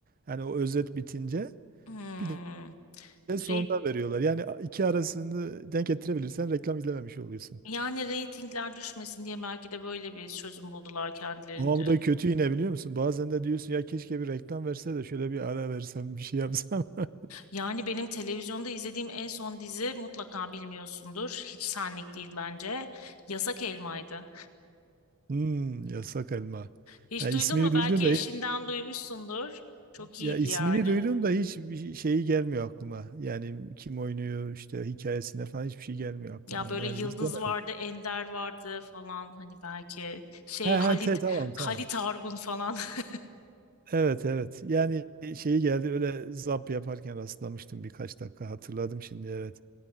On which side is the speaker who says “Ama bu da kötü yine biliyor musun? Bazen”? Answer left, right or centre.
Right